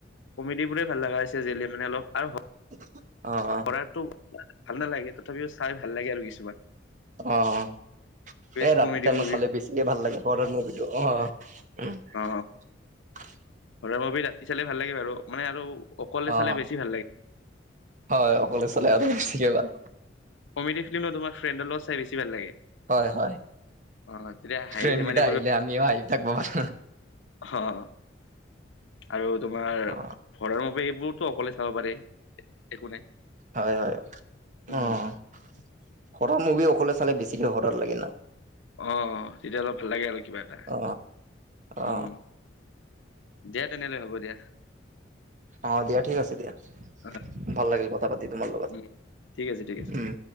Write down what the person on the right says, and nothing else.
অঁহ অঁহ।
অঁহহ
এই ৰাতি
টাইমত
চালে বেছি কে ভাল লাগে হৰৰ মভিটো, অঁহ অঁহ উম।
অ
হয় অকলে চালে আৰু বেছিকে ভাল।
হয় হয়,
ফ্ৰেণ্ড
কেইটা হাঁহিলে আমিও হাঁহি থাকিব পাৰো।
অ
হয় হয়,
অঁহ হৰৰ মুভি অকলে চালে বেছিকৈ হৰৰ লাগে ন।
অ অ
অঁ দিয়া ঠিক আছে দিয়া।
ভাল লাগিল কথা পাতি তোমাৰ লগত
উম।